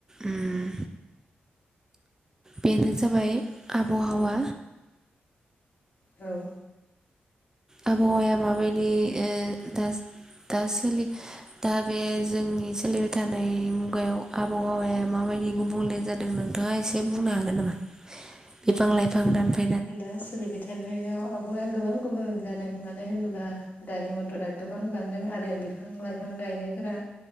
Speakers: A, on the right; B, on the left.
A: उम बेनो जाबाय आबवाहावा
B: औ
A: आबहावाया माबायदि ओ दा-दा सोलि दा बे जोंनि सोलिबाय थानाय मुगायाव आबहावाया माबायदि गुबुंले जादों नोंथाङा एसे बुंनो हागोन नामा बिफां लाइफां दानफा
B: दा सोलिबाय थानायाव आबहावाया गोबां गुबुन जादों मानो होनोबा गारि मथरा गोबां बांदों आरो बिफां लाइफां गायनायफोरा